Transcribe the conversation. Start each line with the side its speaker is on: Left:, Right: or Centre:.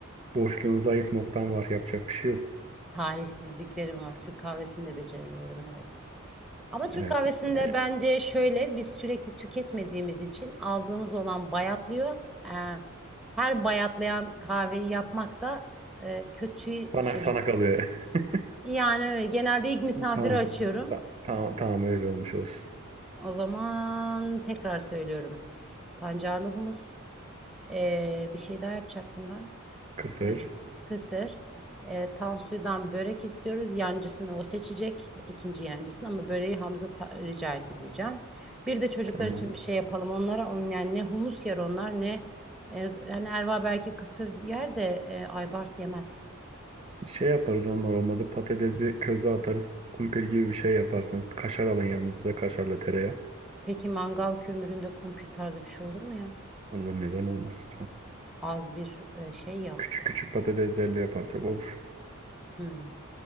Right: Boşluğun zayıf noktan var. Yapacak bir şey yok.
Centre: talihsizliklerim var. Türk kahvesini de beceremiyorum, evet. Ama Türk
Right: Evet.
Centre: kahvesinde
Right: Yani
Centre: bence şöyle, biz sürekli tüketmediğimiz için aldığımız olan bayatlıyor. Ee, her bayatlayan kahveyi yapmak da e, kötü
Right: bana
Centre: şey.
Right: sana kalıyor. <laughs>
Centre: Yani öyle, genelde ilk misafiri
Right: Tamam.
Centre: açıyorum.
Right: Ta- tamam tamam öyle olmuş olsun.
Centre: O zaman tekrar söylüyorum. Pancarlı humus. Ee, bir şey daha yapacaktım ben.
Right: Kısır.
Centre: Bence kısır. E, Tansu'dan börek istiyoruz. Yancısını o seçecek. ikinci yancısını ama böreği Hamza ta- rica etti diyeceğim. Bir de çocuklar
Right: Tamam.
Centre: için bir şey yapalım onlara. On, yani ne humus yer onlar ne e, yani Erva belki kısır yer de e, Aybars yemez.
Right: Şey yaparız onlar olmadı. Patatesi köze atarız. Kumpir gibi bir şey yaparsınız. Bir kaşar alın yanınıza. Kaşarla tereyağı.
Centre: Peki mangal kömüründe kumpir tarzı bir şey olur mu ya?
Right: Olur neden olmasın.
Centre: Az bir e, şey ya.
Right: Küçük küçük patateslerle yaparsak olur.
Centre: Hmm,